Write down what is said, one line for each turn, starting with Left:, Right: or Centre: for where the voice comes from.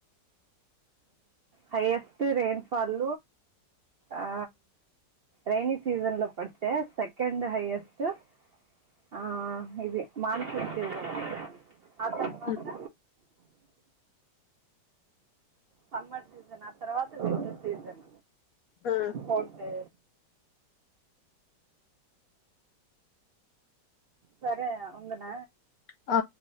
Right: హైయెస్ట్ రెయిన్ ఫాల్, ఆ రెైనీ సీజన్లో పడితే సెకండ్ హైయెస్ట్ ఇది ఆ ఇది మాన్సూన్ సీజన్. ఆ తర్వాత
Left: ఉమ్
Right: సమ్మర్ సీజన్ ఆ తర్వాత వింటర్ సీజన్
Left: ఉమ్,
Right: పోతే సరే ఉండన
Left: ఆ